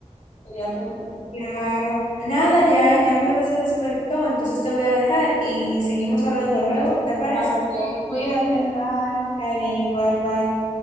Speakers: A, on the left (about 60°); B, on the left (about 75°).
A: sería todo perfecto.
B: Claro. Nada, ya, ya mi bebé se despertó, entonces te voy a dejar y seguimos hablando luego, ¿te parece?
A: Está bien, cuídate, bye.
B: Está bien, igual, bye.